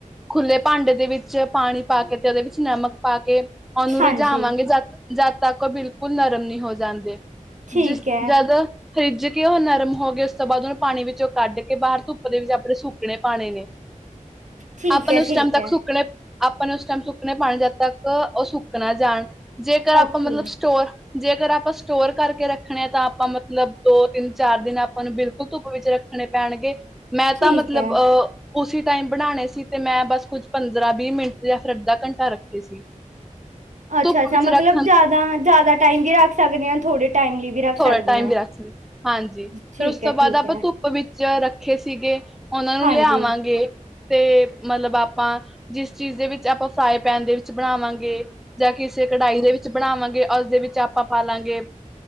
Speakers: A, in the centre; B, on the right.
A: ਖੁੱਲੇ ਭਾਂਡੇ ਦੇ ਵਿੱਚ ਪਾਣੀ ਪਾਕੇ, ਤੇ ਓਦੇ ਵਿੱਚ ਨਮਕ ਪਾਕੇ ਔਨੁ
B: ਹਾਂਜੀ
A: ਰਿਝਾਵਾਂਗੇ ਜਦ, ਜਦ ਤੱਕ ਬਿਲਕੁਲ ਨਰਮ ਨੀ ਹੋ ਜਾਂਦੇ।
B: ਠੀਕ
A: ਜਿਸ
B: ਹੈ
A: ਜਦ ਰਿੱਝਕੇ ਓਹ ਨਰਮ ਹੋਗੇ, ਉਸ ਤੋਂ ਬਾਦ ਓਨੂੰ ਪਾਣੀ ਵਿੱਚੋਂ ਕੱਢਕੇ ਬਾਹਰ, ਧੁੱਪ ਦੇ ਵਿੱਚ ਆਪਣੇ ਸੁੱਕਣੇ ਪਾਣੇ ਨੇ।
B: ਠੀਕ
A: ਆਪਾ
B: ਹੈ
A: ਨੇ ਉਸ
B: ਠੀਕ
A: ਟਾਈਮ ਤੱਕ
B: ਹੈ
A: ਸੁੱਕਣੇ, ਆਪਾਂ ਨੇ ਉਸ ਟਾਈਮ ਸੁੱਕਣੇ ਪਾਣੇ ਜਦ ਤੱਕ, ਓ ਸੁੱਕ ਨਾ ਜਾਣ। ਜੇਕਰ ਆਪਾ
B: ਓਕੇ
A: ਮਤਲਬ ਸਟੋਰ ਜੇਕਰ ਆਪਾ ਸਟੋਰ ਕਰਕੇ ਰੱਖਣੇ ਆ ਤਾ ਆਪਾ ਮਤਲਬ ਦੋ, ਤਿੰਨ, ਚਾਰ ਦਿਨ ਆਪਾਂ ਨੂੰ ਬਿਲਕੁ ਧੁੱਪ ਵਿੱਚ ਰੱਖਣੇ ਪੈਣਗੇ, ਮੈਂ
B: ਠੀਕ
A: ਤਾ ਮਤਲਬ
B: ਹੈ
A: ਅਹ ਉਸੀ ਟਾਇਮ ਬਣਾਣੇ ਸੀ, ਤੇ ਮੈਂ ਬਸ ਕੁੱਝ ਪੰਦਰਾਂ-ਵੀਹ ਮਿੰਟ ਯਾਂ ਫੇਰ ਅੱਧਾ ਘੰਟਾ ਰੱਖੇ ਸੀ।
B: ਅੱਛਾ-ਅੱਛਾ
A: ਧੁੱਪ ਵਿੱਚ
B: ਮਤਲਬ
A: ਰੱਖਣ
B: ਜਾਦਾ ਜਾਦਾ ਟਾਈਮ ਵੀ ਰੱਖ ਸਕਦੇ ਆਂ, ਥੋੜੇ ਟਾਇਮ ਲਈ ਵੀ। ਰੱਖ
A: ਥੋੜਾ
B: ਸਕਦੇ
A: ਟਾਈਮ
B: ਹਾਂ।
A: ਵੀ ਰੱਖ ਸਕ ਹਾਂਜੀ ਫੇਰ,
B: ਠੀਕ
A: ਉਸ ਤੋ
B: ਹੈ ਠੀਕ
A: ਬਾਦ ਆਪਾ
B: ਹੈ
A: ਧੁੱਪ ਧੁੱਪ ਵਿੱਚ ਰੱਖੇ ਸੀਗੇ, ਓਨਾਂ ਨੂੰ
B: ਹਾਂਜੀ-ਹਾਂਜੀ
A: ਲਿਆਵਾਂਗੇ। ਤੇ ਮਤਲਬ ਆਪਾਂ ਜਿਸ ਚੀਜ਼ ਦੇ ਵਿੱਚ ਆਪਾਂ ਫ੍ਰਾਈਪੈਨ ਦੇ ਵਿੱਚ ਬਣਾਵਾਂਗੇ, ਤੇ ਜਾ ਕਿਸੇ ਕਢਾਈ ਦੇ ਵਿੱਚ ਬਣਾਵਾਂਗੇ, ਓਸਦੇ ਵਿੱਚ ਆਪਾ ਪਾਲਾਂਗੇ।